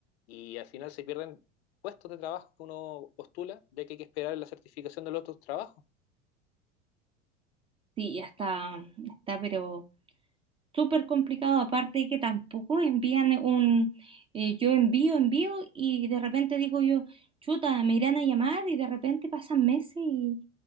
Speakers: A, on the left (about 55°); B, on the right (about 15°).
A: y al final se pierden puestos de trabajo que uno postula, de que hay que esperar la certificación de los otros trabajos,
B: Sí, ya está, ya está, pero... súper complicado, aparte que tampoco envían un, eh, yo envío, envío y de repente digo yo, chuta, me irán a llamar y de repente pasan meses y,